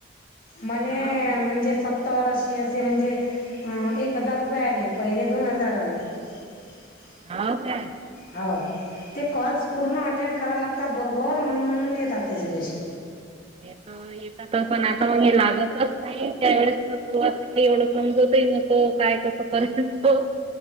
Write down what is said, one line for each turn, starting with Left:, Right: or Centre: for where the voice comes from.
Left: मला
Right: हाव काय
Left: म्हणजे. स तररा अशी असे म्हणजे एक हजार रुपये आले पहिले दोन हजार आले. <unintelligible>
Right: हा का.
Left: हो ते कॉल्स पूर्ण अटेंड करा लागतात बरोबर मग येतात त्याचे पैसे
Right: हे तर येतात पण आता मग हे लागतच नाही त्यावेळेस सुरवात काही एवढं समजवतही नतो काय कसं केयच